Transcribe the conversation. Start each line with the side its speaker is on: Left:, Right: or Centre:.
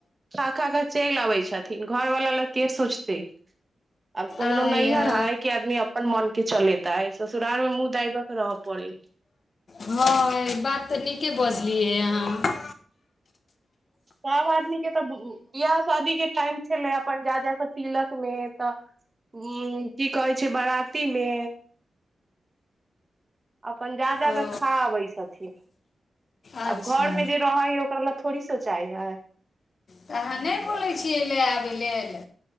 Right: खा खा खा चलि अबै छथिन घर वाला लऽ के सोचतै अब कोइनो
Left: आया
Right: नइहर हइ कि आदमी अपन मोन के चलेतय ससुराल मे मुँह दायब कऽ रहऽ पड़े
Left: हँ यैऽ बात तऽ नीके बजलियै आहाँ
Right: सभ आदमी के तऽ बियाह शादी के टाइम छलै अपन जा जा कऽ तिलक मे तऽ उ की कहै छै बराती मे अपन जा जा
Left: ओ
Right: क खा अबै छथिन
Left: अच्छा
Right: आब घर मे जे रहै है ओकरा ल थोड़ी सोचाइ हई
Left: तऽ आहाँ नई बोल छियै लए आबै लेल